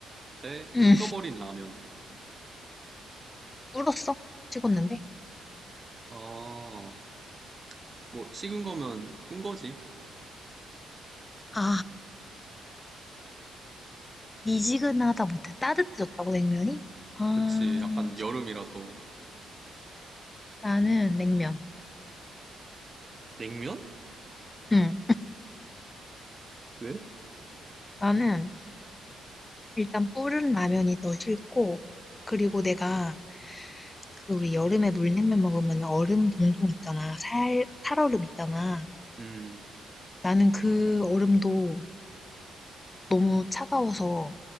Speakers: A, on the right; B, on the left.
A: 대 식어버린
B: 응.
A: 라면.
B: 울었어. 찍었는데.
A: 아, 뭐 식은 거면 뿐 거지.
B: 아, 미지근하다 못해 따뜻해졌다고 냉면이? 아,
A: 그치, 약간 여름이라서.
B: 나는 냉면.
A: 냉면?
B: 응.
A: 왜?
B: 나는 일단 불은 라면이 더 싫고, 그리고 내가 그 우리 여름에 물냉면 먹으면 얼음 동동 있잖아. 살, 살얼음 있잖아.
A: 음,
B: 나는 그 얼음도 너무 차가워서